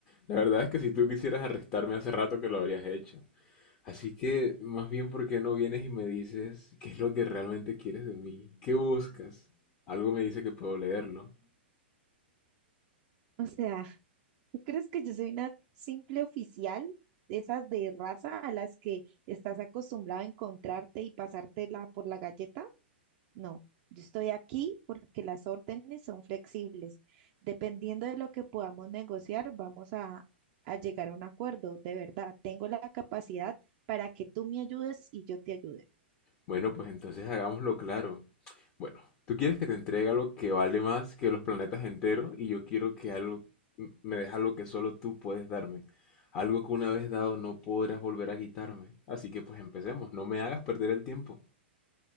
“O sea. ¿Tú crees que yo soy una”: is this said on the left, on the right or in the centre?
Right